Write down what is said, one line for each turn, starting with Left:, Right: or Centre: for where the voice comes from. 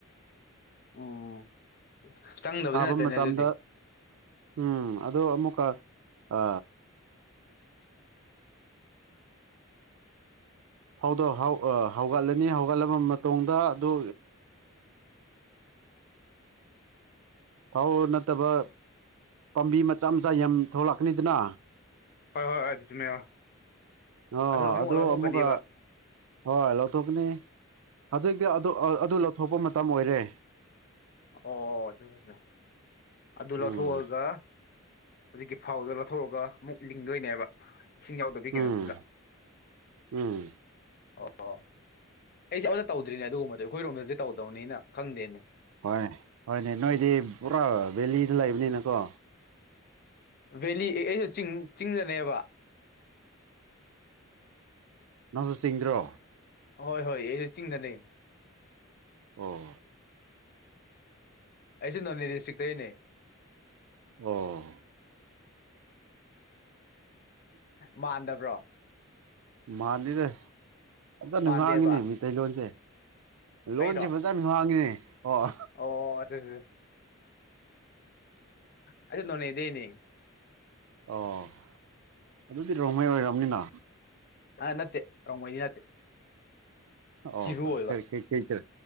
Left: ꯎꯝ ꯆꯪꯗꯕꯗꯤ
Right: ꯊꯥꯕ
Left: ꯅꯠꯇꯦꯅꯦ
Right: ꯃꯇꯝꯗ
Left: ꯑꯗꯨꯗꯤ
Right: ꯎꯝ ꯑꯗꯣ ꯑꯃꯨꯛꯀ ꯑ ꯥꯐꯧ ꯗꯣ ꯍꯧꯒꯠꯂꯅꯤ ꯍꯧꯒꯠꯂꯕ ꯃꯇꯨꯡꯗ ꯑꯗꯨ ꯐꯧ ꯅꯠꯇꯕ ꯄꯥꯝꯕꯤ ꯃꯆꯥ ꯃꯆꯥ ꯌꯥꯝ ꯊꯣꯛꯂꯛꯀꯅꯤꯗꯅ
Left: ꯍꯣꯏ ꯍꯣꯏ ꯍꯣꯏ ꯑꯗꯨ ꯆꯨꯝꯃꯦ
Right: ꯑꯣ
Left: ꯑꯗꯨ ꯑꯃꯨꯛꯐꯥꯎ ꯂꯧꯊꯣꯛꯀꯅꯤꯕ
Right: ꯑꯃꯨꯛꯀ ꯍꯣꯏ ꯂꯧꯊꯣꯛꯀꯅꯤ ꯍꯧꯖꯤꯛꯇꯤ ꯑꯗꯨ ꯑꯗꯨ ꯂꯧꯊꯣꯛꯄ ꯃꯇꯝ ꯑꯣꯏꯔꯦ
Left: ꯑꯣꯠ ꯆꯁꯤ ꯑꯗꯨ ꯂꯧꯊꯣꯛꯑꯒ
Right: ꯎꯝ
Left: ꯍꯧꯖꯤꯛꯀꯤ ꯐꯥꯎꯗꯣ ꯂꯧꯊꯣꯛꯑꯒ ꯑꯃꯨꯛ ꯂꯤꯡꯗꯣꯏꯅꯦꯕ ꯏꯁꯤꯡ ꯌꯥꯎꯗꯕꯤ ꯀꯩꯅꯣꯗꯨꯗ
Right: ꯎꯝ ꯎꯝ
Left: ꯑꯣ ꯑꯩꯁꯦ ꯑꯃꯝꯇ ꯇꯧꯗ꯭ꯔꯤꯅꯦ ꯑꯗꯨꯒꯨꯝꯕꯗꯣ ꯑꯩꯈꯣꯏꯔꯣꯝꯗꯗꯤ ꯇꯧꯗꯧꯅꯤꯅ ꯈꯪꯗꯦꯅꯦ
Right: ꯍꯣꯏꯅꯦ ꯍꯣꯏꯅꯦ ꯅꯣꯏꯗꯤ ꯄꯨꯔꯥ ꯚꯦꯂꯤꯗ ꯂꯩꯕꯅꯤꯅꯀꯣ
Left: ꯚꯦꯂꯤ ꯑꯩꯁꯨ ꯆꯤꯡ ꯆꯤꯡꯗꯂꯩꯑꯦꯕ
Right: ꯅꯪꯁꯨ ꯆꯤꯡꯗ꯭ꯔꯣ
Left: ꯍꯣꯏ ꯍꯣꯏ ꯑꯩꯁꯨ ꯆꯤꯡꯗꯅꯦ
Right: ꯑꯣ
Left: ꯑꯩꯁꯦ ꯅꯣꯅꯦ ꯗꯤꯁꯇ꯭ꯔꯤꯛꯇꯩꯅꯦ
Right: ꯑꯣ
Left: ꯃꯥꯟꯗꯥꯕ꯭ꯔꯣ
Right: ꯃꯥꯅꯤꯔꯦ ꯐꯖꯅ
Left: ꯃꯥꯟꯗꯦꯕ
Right: ꯉꯥꯡꯉꯤꯅꯦ ꯃꯤꯇꯩ ꯂꯣꯟꯁꯦ ꯂꯣꯟꯁꯦ
Left: ꯑꯩꯔꯣ
Right: ꯐꯖꯅ ꯍꯥꯡꯉꯤꯅꯦ ꯑꯣ
Left: ꯑꯣ ꯑꯗꯨ ꯑꯩꯁꯨ ꯅꯣꯅꯦ ꯗꯩꯅꯦ
Right: ꯑꯣ ꯑꯗꯨꯗꯤ ꯔꯣꯡꯃꯩ ꯑꯣꯏꯔꯝꯅꯤꯅ
Left: ꯑ ꯅꯠꯇꯦ ꯔꯣꯡꯃꯩꯗꯤ ꯅꯠꯇꯦ
Right: ꯑꯣ
Left: ꯆꯤꯔꯨ
Right: ꯐꯔꯦ
Left: ꯑꯣꯏꯕ
Right: ꯀꯩ ꯀꯩꯗ